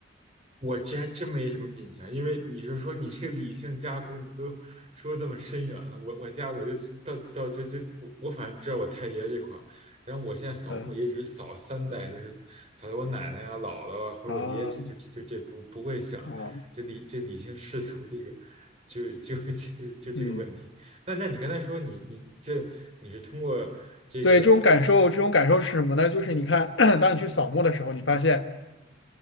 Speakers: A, on the right; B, on the left.
A: 我这还真没什么印象，因为你是说你这个理性家族，你都说这么深远了。我我家我就到到就就我我反正知道我太爷这块儿，然后我现在扫墓也只是扫三代，
B: 嗯
A: 就是扫到我奶奶啊、姥姥啊，或者我爷爷这就就就这不不会想就理这理性世俗这个
B: 啊啊。
A: 就就就就这个问题。
B: 嗯，
A: 那那你刚才说你你这你是通过这个你
B: 对，这种感受，这种感受是什么呢？就是你看，<clears throat> 当你去扫墓的时候，你发现。